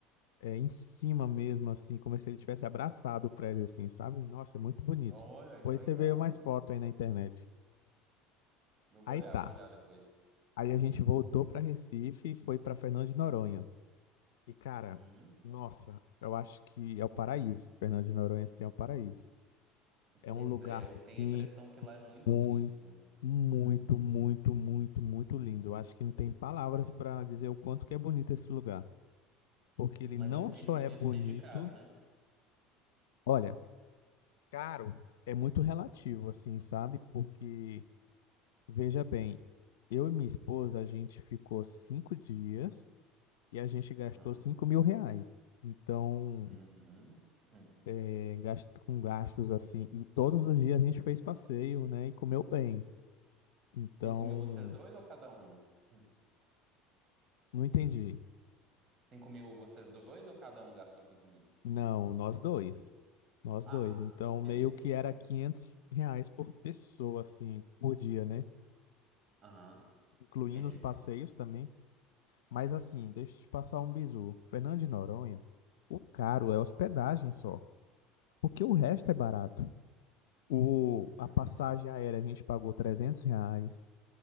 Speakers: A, on the left; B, on the right.
A: é, em cima mesmo, assim, como se ele tivesse abraçado o prédio, assim, sabe? Nossa, é muito bonito.
B: Olha,
A: Depois
B: que legal.
A: você vê mais foto aí na internet.
B: Eu vou
A: Aí
B: olhar,
A: tá.
B: vou olhar depois.
A: Aí a gente voltou pra Recife e foi pra Fernando de Noronha. E, cara,
B: Uhum.
A: nossa, eu acho que é o paraíso. Fernando de Noronha, assim, é o paraíso. É
B: Pois
A: um lugar
B: é, eu
A: assim
B: tenho a impressão que lá é muito
A: Muito,
B: bonito.
A: muito,
B: Uhum.
A: muito, muito, muito lindo. Eu acho que não tem palavras para dizer o quanto que é bonito esse lugar, porque ele
B: Mas
A: não
B: o que tem
A: só
B: de bonito
A: é bonito,
B: tem de caro, né?
A: olha, caro é muito relativo, assim, sabe? Porque veja bem, eu e minha esposa a gente ficou cinco dias e a gente gastou
B: Aham.
A: cinco mil reais. Então,
B: Uhum. Uhum.
A: é, gasto, com gastos assim, e todos os dias a gente fez passeio, né? E comeu bem. Então,
B: 5 mil vocês dois ou cada um? Uhum.
A: não entendi.
B: 5 mil vocês dois ou cada um gastou 5 mil?
A: Não,
B: Uhum.
A: nós dois. Nós
B: Ah,
A: dois. Então,
B: ok.
A: meio que era
B: Uhum.
A: 500 reais por pessoa, assim, por dia, né?
B: Aham,
A: Incluindo
B: Entendi.
A: os passeios também. Mas, assim, deixa eu te passar um bizu. Fernando de Noronha, o caro é hospedagem só, porque
B: Uhum.
A: o resto é barato. O,
B: Uhum.
A: a passagem aérea a gente pagou 300 reais